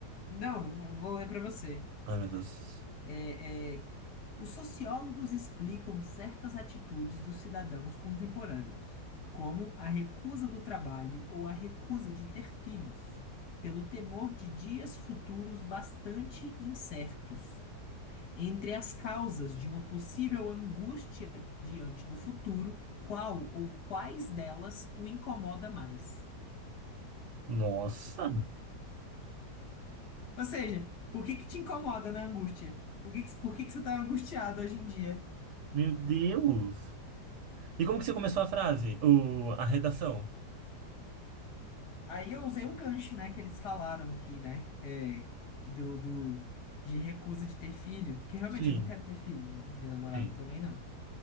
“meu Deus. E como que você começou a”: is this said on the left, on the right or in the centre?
Right